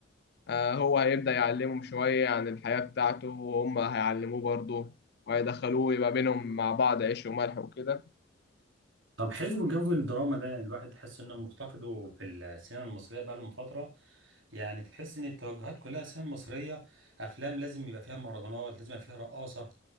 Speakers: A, on the left (about 55°); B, on the right (about 70°).
A: آه، هو هيبدأ يعلمهم شوية عن الحياة بتاعته وهم هيعلموه برضه وهيدخلوه يبقى بينهم مع بعض عيش وملح وكده
B: طب حلو جو الدراما ده يعني الواحد تحس انه مفتقده في السينما المصريه بقالهم فتره يعني تحس ان التوجهات كلها السينما المصريه افلام لازم يبقى فيها مهرجانات لازم يبقى فيها رقاصه